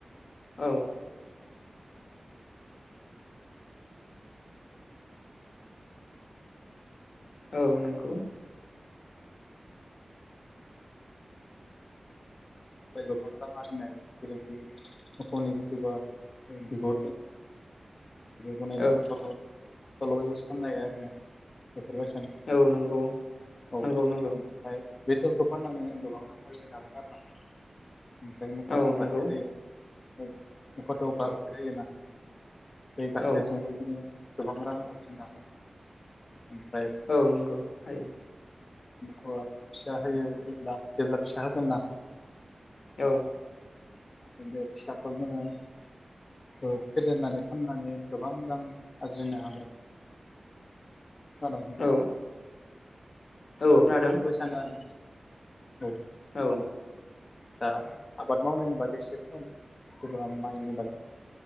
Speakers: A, on the left; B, on the left.
A: औ औ नोंगौ।
B: फ्राय गोबां रां आरजिनो हायो जेरैखि मोखौनि जिथबा <unintelligible> धलबो बनायनाय
A: औ
B: <inaudible> खालामनो हायो आरो ना <inaudible> सानो
A: औ नंगौ
B: औ ओमफ्राय
A: नंगौ नंगौ
B: बे धलखौ फाननानैनो जों गोबां रां आरजिनो हागोन आरोना ओमफ्राय
A: औ नंगौ
B: औ <unintelligible> बे गाखेरजोंबो
A: औ
B: जोङो गोबां रां आरजिनो ओमफ्राय
A: औ नंगौ हायो।
B: फिसा होयो जेब्ला जेब्ला फिसा होगोन ना
A: औ
B: बे फिसाखौ जोङो औ फेदेरनानै फाननानै गोबां रां आरजिनो हागोन। खोनादों नोंथां?
A: औ औ खोनादों
B: बेफोरखौ सानो आरो ना। औ।
A: औ
B: दा आबाद मावनायनि बागै एसे फोरमायना हो जेनेबा माइनि बागै।